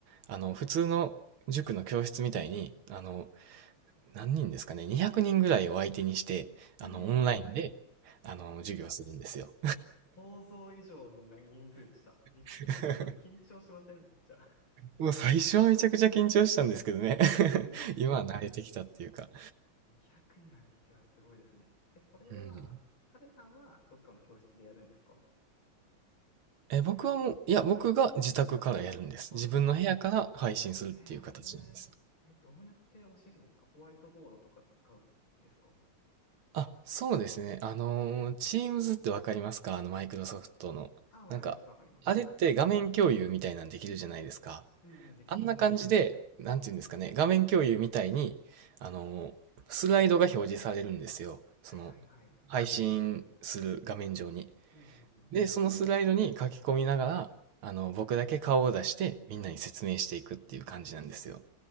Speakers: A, on the right (about 80°); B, on the left (about 75°).
A: あの、普通の塾の教室みたいに、あの、何人ですかね、200人ぐらいを相手にして、
B: ええ、
A: あの、オンラインで、あの、授業するんですよ。
B: 想像以上のな人数でした。びっくりしました。
A: <laughs>
B: それ緊張しませんめっちゃ。
A: もう最初はめちゃくちゃ緊張したんですけどね。<laughs>
B: うんうんうん。
A: 今は慣れてきたっていうか。
B: 200人相手はすごいですね。え、それは、
A: うん。
B: ハデさんはどっかの教室でやるんですか
A: え、僕はもう、いや、僕が自宅からやるんです。
B: あ
A: 自分の部屋から配信するっていう形なんです。
B: へえ。え、どうやって教えるんですかホワイトボードとか使うんですか
A: あ、そうですね。あのー、Teams ってわかりますかあの、マイクロソフトの。
B: ああ、わかります、
A: なんか、
B: わかります。
A: あれって画面共有みたいなんできるじゃないですか。
B: うんうん、できますね。
A: あんな感じで、なんていうんですかね、画面共有みたいに、あのー、スライドが表示されるんですよ。その、
B: はいはいはい。
A: 配信する画面上に。
B: うんうんうん。
A: で、そのスライドに書き込みながら、あの、僕だけ顔を出して、みんなに説明していくっていう感じなんですよ。